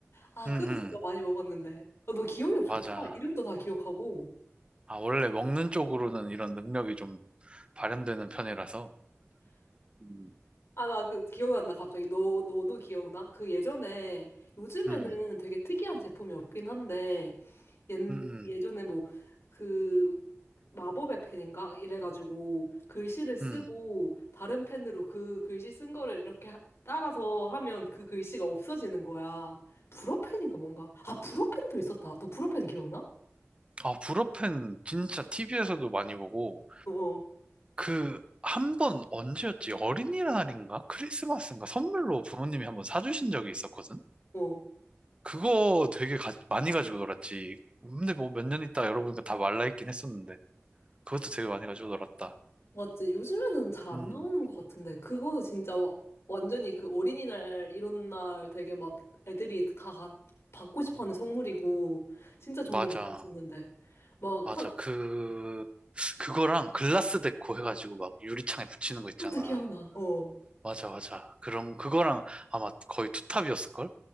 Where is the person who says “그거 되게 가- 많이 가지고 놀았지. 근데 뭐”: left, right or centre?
Right